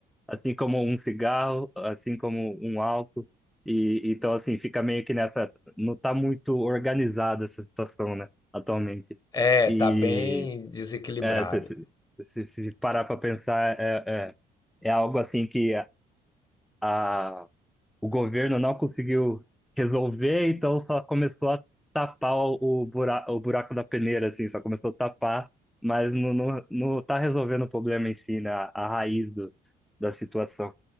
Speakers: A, in the centre; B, on the left.
A: assim como um cigarro, assim como um álcool. E então assim, fica meio que nessa, não tá muito organizada essa situação, né, atualmente.
B: é,
A: E
B: tá bem desequilibrado.
A: é, se, se, se- se parar para pensar, é, é, é algo assim que a, a- o governo não conseguiu resolver, então só começou a tapar o, bura, o buraco da peneira, assim, só começou a tapar, mas não, não, não tá resolvendo o problema em si, né, a, a raiz do, da situação.